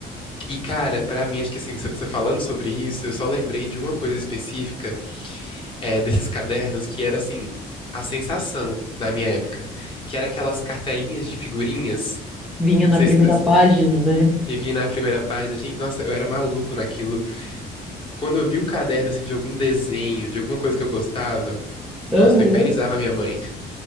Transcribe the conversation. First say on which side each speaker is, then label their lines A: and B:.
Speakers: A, on the left (about 30°); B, in the centre.
A: E, cara, pra mim, acho que assim, você falando sobre isso, eu só lembrei de uma coisa específica, é, desses cadernos que era, assim, a sensação da minha época, que era aquelas cartelinhas de figurinhas.
B: Vinha
A: Não
B: na
A: sei
B: primeira
A: se,
B: página, né?
A: E vim na primeira página, gente, nossa, eu era maluco naquilo. Quando eu vi um caderno assim de algum desenho, de alguma coisa que eu gostava, nossa,
B: Aham.
A: eu infernizava a minha mãe.